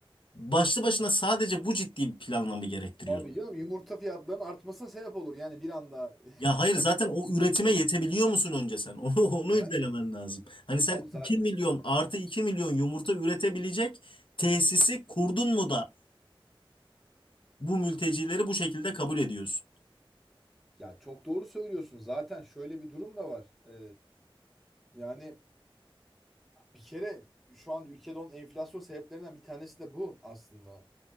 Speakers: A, on the left; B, in the centre.
A: Başlı başına sadece bu ciddi bir planlama gerektiriyor
B: Abi canım yumurta fiyatlarının artmasına sebep olur. Yani bir anda <laughs>
A: Ya
B: yumurta
A: hayır zaten
B: karası
A: o üretime
B: düşür.
A: yetebiliyor musun önce sen? <laughs> Onu, onu
B: Yani
A: irdelemen lazım. Hani sen
B: abi zaten
A: 2 milyon artı
B: Aha.
A: 2 milyon yumurta üretebilecek tesisi kurdun mu da bu mültecileri bu şekilde kabul ediyorsun?
B: ya çok doğru söylüyorsun. Zaten şöyle bir durum da var. Ee, yani bir kere şu an ülkede olan enflasyon sebeplerinden bir tanesi de bu aslında.